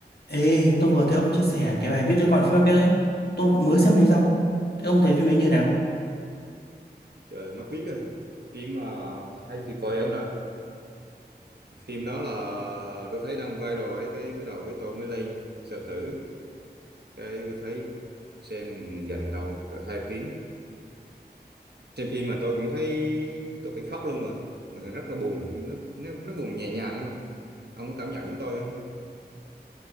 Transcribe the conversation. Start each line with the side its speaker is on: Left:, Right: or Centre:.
Left: Ê, tôi vừa thấy ông chia sẻ cái bài viết tôi còn phim Bắt Biếc ấy. Tôi cũng mới xem đấy xong. Thế ông thấy phim ấy như nào?
Right: Trời mắt biết rồi phim mà hay tuyệt vời không nè phim đó là tôi thấy đang viral ấy cái bắt đầu cái tôi mới lên search thử cái tôi thấy xem dành đầu cỡ hai tiếng xem phim mà tôi cũng thấy tôi phải khóc luôn mà mà rất là buồn nó nó, nó buồn nhẹ nhàng nè ông có cảm nhận giống tôi không